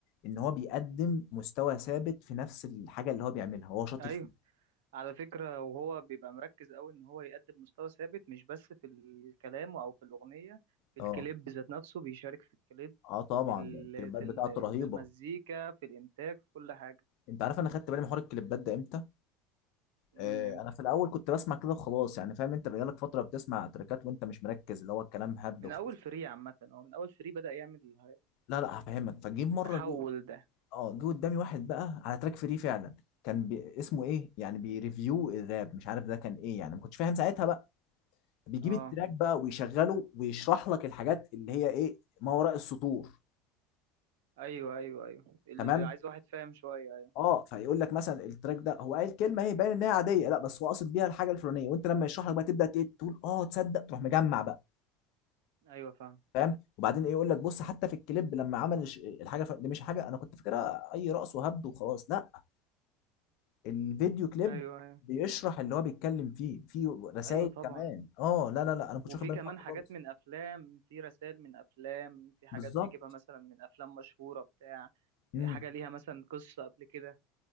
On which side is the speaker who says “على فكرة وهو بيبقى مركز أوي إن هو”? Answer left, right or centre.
Right